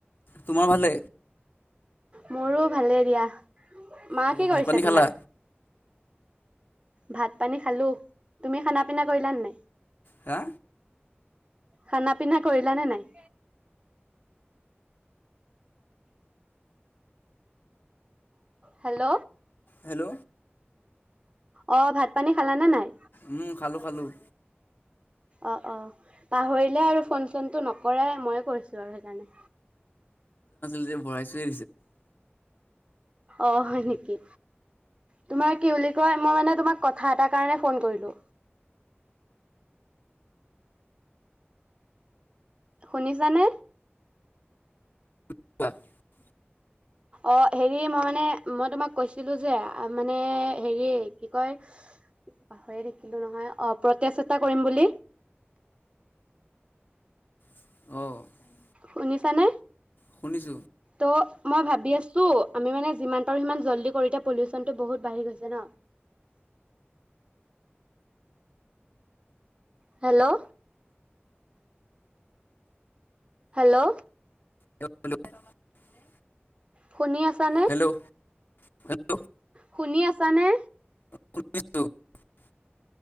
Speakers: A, on the left (about 50°); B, on the right (about 25°).
A: তোমাৰ ভালে?
B: মোৰো ভালেই দিয়া। মা
A: অঁ
B: কি কৰিছে
A: ভাত পানী
B: তোমাৰ?
A: খালা
B: ভাত পানী খালো। তুমি খানা পিনা কৰিলা নাই?
A: হা।
B: খানা পিনা কৰিলানে নাই? হেল্ল'।
A: হেল্ল'।
B: অ ভাত পানী খালানে নাই?
A: উম খালোঁ খালোঁ।
B: অ' অ পাহৰিলে আৰু ফোন চোনটো নকৰাই মই কৈছো আৰু সেইকাৰণে।
A: <inaudible> যে ভৰাইছো। <inaudible>
B: অ হয় নেকি তোমাৰ। কি বুলি কয় মই মানে তোমাক। কথা এটা কাৰণে ফোন কৰিলো। শুনিছানে?
A: <inaudible>
B: অ হেৰি মই মানে মই তোমাক কৈছিলো যে, আ মানে হেৰিয়েই কি কয় পাহৰি থাকিলো নহয় অ প্ৰতেষ্ট এটা কৰিম বুলি।
A: <inaudible>
B: শুনিছানে?
A: শুনিছো।
B: ত মই ভাবি আছো আমি মানে যিমান পাৰো সিমান জল্দি কৰো <unintelligible> পলিউচনতটো বহুত বাঢ়ি গৈছে ন। হেল্ল' হেল্ল'
A: <inaudible>
B: শুনি আছা নে?
A: হেল্ল' হেল্ল'
B: শুনি আছা নে?
A: উছ <inaudible>